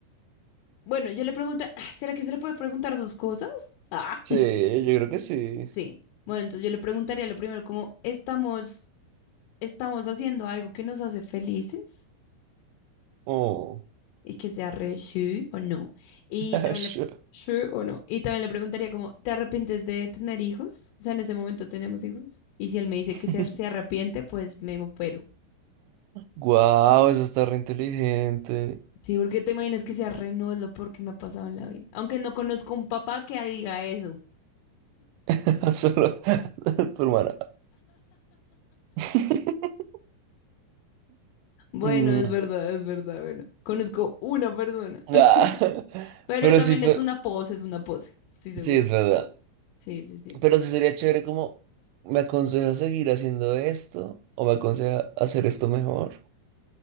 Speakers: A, on the left (about 85°); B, on the right (about 85°).
A: bueno, yo le pregunta, <sighs> ¿será que se le puede preguntar dos cosas? Ah,
B: Sí, yo creo que sí.
A: <laughs> sí. Bueno, entonces yo le preguntaría lo primero, como, ¿estamos? estamos haciendo algo que nos hace felices
B: Oh,
A: y que sea re sí o no. Y
B: <laughs>
A: también
B: sure.
A: le, sí o no. Y también le preguntaría como, ¿te arrepientes de tener hijos? O sea, en este momento tenemos hijos. Y si él me dice
B: <laughs>
A: que se, se arrepiente, pues me opero.
B: Guau, eso está re inteligente.
A: Sí, porque te imaginas que sea re no es lo peor que me ha pasado en la vida. Aunque no conozco un papá que diga eso.
B: <laughs> Solo <laughs> tu hermana. <laughs>
A: Bueno,
B: Mm,
A: es verdad, es verdad, bueno. Conozco una persona.
B: ah, <laughs>
A: <laughs> Pero
B: pero
A: también
B: sí fue,
A: es una pose, es una pose, estoy segura.
B: sí es verdad.
A: Sí, sí, sí.
B: Pero sí sería chévere como, ¿me aconseja seguir haciendo esto? ¿O me aconseja hacer esto mejor?